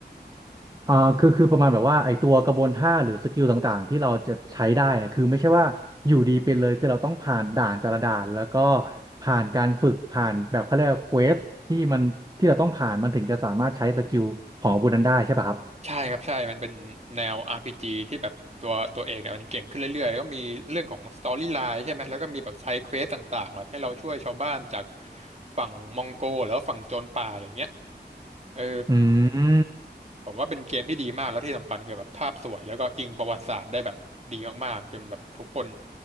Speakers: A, on the right (about 20°); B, on the right (about 40°).
A: อ่าคือคือประมาณแบบว่าไอตัวกระบวนท่าหรือสกิลต่างๆที่เราจะใช้ได้เนี่ยคือไม่ใช่ว่าอยู่ดีเป็นเลยคือเราต้องผ่านด่านแต่ละด่านแล้วก็ผ่านการฝึกผ่านแบบเขาเรียกว่าเควสที่มันที่เราต้องผ่านมันถึงจะสามารถใช้สกิลของอาวุธนั้นได้ใช่ป่ะครับ
B: ใช่ครับใช่มันเป็นแนว RPG ที่แบบตัวตัวเอกเนี่ยมันเก่งขึ้นเรื่อยๆแล้วก็มีเรื่องของสตอรี่ไลน์ใช่ไหมแล้วก็มีแบบไซด์เควสต่างๆแบบให้เราช่วยชาวบ้านจากฝั่งมองโกแล้วาฝั่งโจรป่าอย่างเงี้ยเออ
A: อืม
B: ผมว่าเป็นเกมที่ดีมากแล้วที่สำคัญคือแบบภาพสวยแล้วก็อิงประวัติศาสตร์ได้แบบดีมากๆจนแบบทุกคน